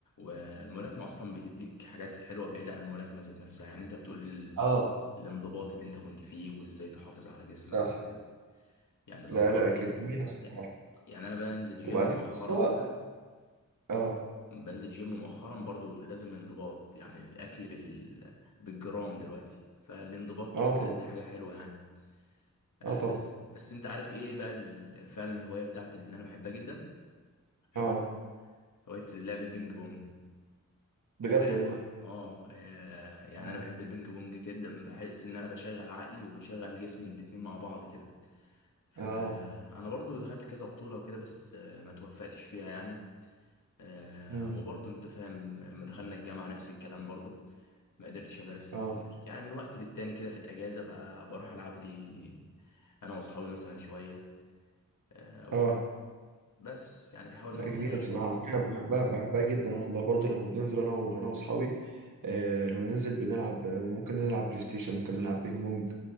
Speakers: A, on the left; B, on the right.
A: والملاكمة اصلا بتديك حاجات حلوة بعيد عن الملاكمة ذات نفسها يعني انت بتقول ال...
B: اه
A: الانضباط اللي انت كنت فيه وازاي تحافظ على جسمك
B: صح
A: وكده يعني الانضباط
B: لا لا كانت
A: ده
B: جميلة الصراحة
A: يعني انا بنزل جيم
B: وبعدين
A: مؤخرا
B: بس هو
A: كده
B: اه
A: بنزل جيم مؤخرا برضو لازم انضباط يعني الاكل بال... بالجرام دلوقتي فالانضباط
B: اه طبعا
A: ده حاجه حلوه يعني آه
B: اه طبعا
A: بس بس انت عارف ايه بقى ال... فعلا الهوايه بتاعتي اللي انا بحبها جدا
B: اه
A: هوايه هوايه لعب البينج بونج
B: بجد
A: انت تقريبا
B: والله
A: اه آه، يعني
B: آه.
A: انا بحب البينج بونج جدا بحس ان انا بشغل عقلي وبشغل جسمي الاتنين مع بعض كده فانا
B: اه
A: برضو دخلت كذا بطوله وكده بس آه، ما توفقتش فيها يعني آه
B: امم
A: وبرضه انت فاهم لما دخلنا الجامعة نفس الكلام برضه ما قدرتش امارسها
B: اه
A: كتير يعني من وقت للتاني كده في الاجازة ب- بروح العب لي انا واصحابي مثلا شوية آه وكده
B: اه
A: بس يعني بحاول
B: لا
A: ما انساهاش
B: جميلة بصراحة
A: برضه
B: على فكرة بحبها بحبها جدا والله برضه لما بننزل أنا وأنا وأصحابي آه لو ننزل بنلعب آه، ممكن نلعب بلاي ستيشن ممكن نلعب بينج بونج